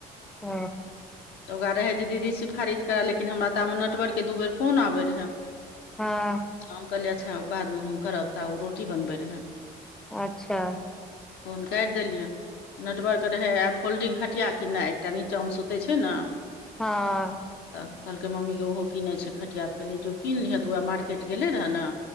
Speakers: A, in the centre; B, on the left (about 75°).
A: ओ।
B: तऽ ओकरा रहै जे दीदी सिफारिश करय लेकिन हमरा तामे नटबर के दू बेर फोन आबैत रहै।
A: हाँ
B: हम कहलियै अच्छा बादमे हम करब तऽ ओ रोटी बनबै रहै
A: अच्छा
B: फोन काटि देलियै, नेटवर्क रहै। आब फोल्डिंग खटिया की नहि, एकटा नीचा मे सुतै छै। से ने
A: हँ
B: तऽ कहलकै मम्मी ग ओहो किनै छै खटिया तऽ कहलियै जो कीनलिह तऽ ओए मार्केट गेलै रहै ने